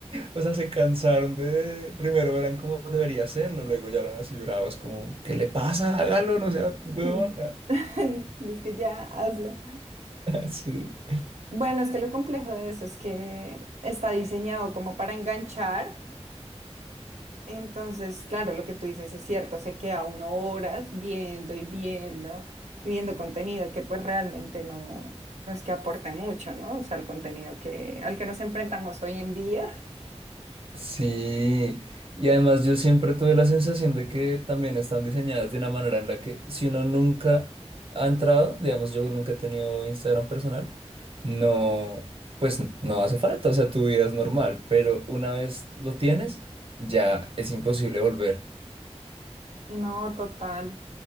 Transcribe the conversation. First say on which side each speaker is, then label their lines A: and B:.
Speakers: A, on the right; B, on the right.
A: O sea, se cansaron de... Primero verán cómo debería hacerlo, luego ya eran así bravos, como, ¿qué le pasa? Hágalo, no sea
B: <laughs>
A: huevón.
B: Dices que ya, hazlo.
A: <laughs> Sí.
B: Bueno, es que lo complejo de eso es que está diseñado como para enganchar. Entonces, claro, lo que tú dices es cierto, se queda uno horas viendo y viendo, y viendo contenido que pues realmente no, no es que aporte mucho, ¿no? O sea, el contenido que, al que nos enfrentamos hoy en día.
A: Sí, y además yo siempre tuve la sensación de que también están diseñadas de una manera en la que si uno nunca ha entrado, digamos yo nunca he tenido Instagram personal, no, pues no hace falta, o sea, tu vida es normal, pero una vez lo tienes, ya es imposible volver.
B: No, total,